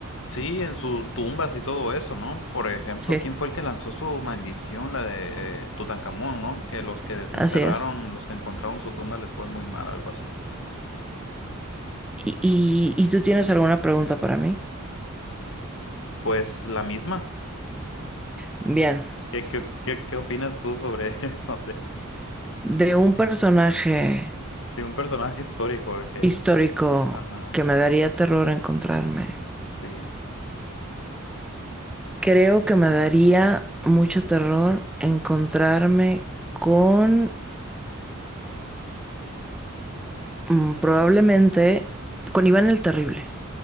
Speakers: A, on the left; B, in the centre.
A: Sí, en sus tumbas y todo eso, ¿no? Por ejemplo,
B: Sí,
A: ¿quién fue el que lanzó su maldición, la de eh, Tutankamón, ¿no? Que los que desenterraron,
B: así es.
A: los que encontraron su tumba les fue muy mal, algo así.
B: Y, y, ¿y tú tienes alguna pregunta para mí?
A: Pues la misma.
B: Bien,
A: ¿Qué, qué, qué, qué opinas tú sobre, <laughs> sobre eso?
B: de un personaje
A: Sí, un personaje histórico de que...
B: histórico
A: Ajá,
B: que me daría terror encontrarme.
A: sí.
B: Creo que me daría mucho terror encontrarme con Mm, probablemente con Iván el Terrible.